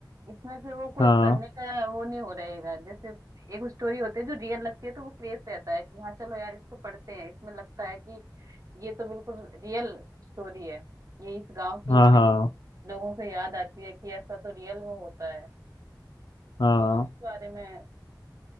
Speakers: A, on the right; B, on the left.
A: इसमें फिर वो कोई
B: हाँ
A: पढ़ने का वो नहीं हो रहेगा जैसे एक स्टोरी होती है जो रियल लगती है तो वो क्रेज रहता है कि हाँ चलो यार इसको पढ़ते हैं इसमें लगता है कि ये तो बिल्कुल रियल स्टोरी है ये इस गांव की
B: हाँ
A: कहीं
B: हाँ
A: लोगों को याद आती है कि ऐसा तो रियल में होता है
B: हाँ
A: तो हम इस बारे में